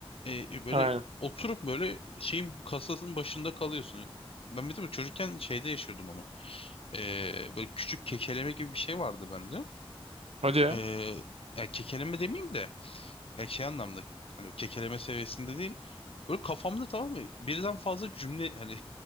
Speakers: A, on the left; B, on the right.
A: Ee, e, böyle
B: Aynen.
A: oturup böyle şeyin kasasının başında kalıyorsun. Ben bir de bu çocukken şeyde yaşıyordum onu. Ee, böyle küçük kekeleme gibi bir şey vardı bende.
B: Hadi ya.
A: Ee, ya kekeleme demeyeyim de ya şey anlamda hani kekeleme seviyesinde değil. Böyle kafamda tamam mı? Birden fazla cümle hani